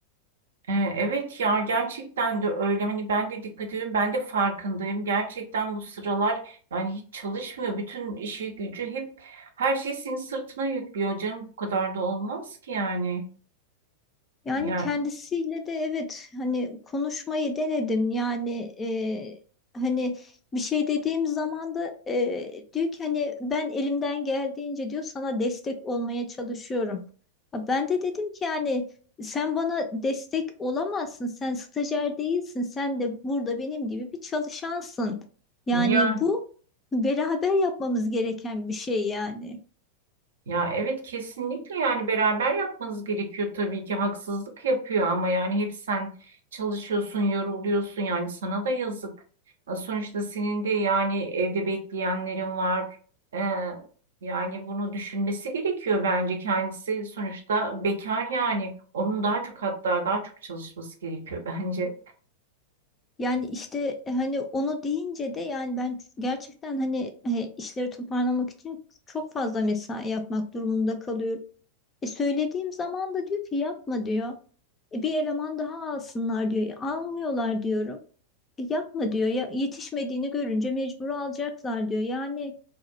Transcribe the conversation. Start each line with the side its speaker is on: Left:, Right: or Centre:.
Right: E, evet ya gerçekten de öyle hani ben de dikkat ediyorum ben de farkındayım gerçekten bu sıralar yani hiç çalışmıyor bütün işi gücü hep her şey senin sırtına yüklüyor canım bu kadar da olmaz ki yani.
Left: Yani
Right: Yani
Left: kendisiyle de evet hani konuşmayı denedim yani e, hani bir şey dediğim zaman da e, diyor ki hani ben elimden geldiğince diyor sana destek olmaya çalışıyorum. Ha, Ben de dedim ki yani sen bana destek olamazsın sen stajyer değilsin sen de burada benim gibi bir çalışansın. Yani
Right: ya
Left: bu beraber yapmamız gereken bir şey yani.
Right: Ya evet kesinlikle yani beraber yapmanız gerekiyor tabii ki haksızlık yapıyor ama yani hep sen çalışıyorsun, yoruluyorsun yani sana da yazık. Ya Sonuçta senin de yani evde bekleyenlerin var. Ee, yani bunu düşünmesi gerekiyor bence kendisi sonuçta bekar yani onun daha çok hatta daha çok çalışması gerekiyor <laughs> bence.
Left: Yani işte e, hani onu deyince de yani ben gerçekten hani e, işleri toparlamak için çok fazla mesai yapmak durumunda kalıyorum. E, söylediğim zaman da diyor ki yapma diyor. E, bir eleman daha alsınlar diyor. E, almıyorlar diyorum. E, yapma diyor ya yetişmediğini görünce mecbur alacaklar diyor. Yani